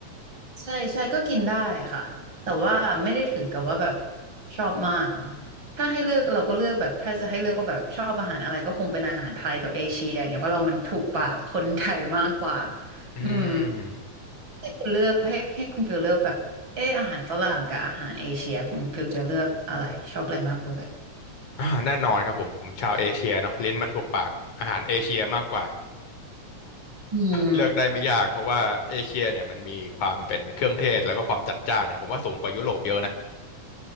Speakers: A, on the right; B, on the left.
A: ใช่ใช่ก็กินได้ค่ะแต่ว่าไม่ได้ถึงกับว่าแบบชอบมากเนาะถ้าให้เลือกเราก็เลือกแบบถ้าจะให้เลือกก็แบบชอบอาหารอะไรก็คงเป็นอาหารไทยกับเอเชียอย่างเงี้ยเพราะเรามันถูกปากคนไทยมากกว่า
B: อื
A: อืม
B: ม
A: ให้คุณเลือกให้ให้คุณฟิลเลือกแบบเอออาหารฝรั่งกับอาหารเอเชียคุณฟิลจะเลือกอะไรชอบอะไรมากกว่ากัน
B: อ่าแน่นอนครับผมผมชาวเอเชียเนาะลิ้นมันถูกปากอาหารเอเชียมากกว่า
A: อืม
B: เลือกได้ไม่ยากเพราะว่าเอเชียเนี่ยมันมีความเป็นเครื่องเทศแล้วก็ความจัดจ้านเนี่ยผมว่าสูงกว่ายุโรปเยอะนะ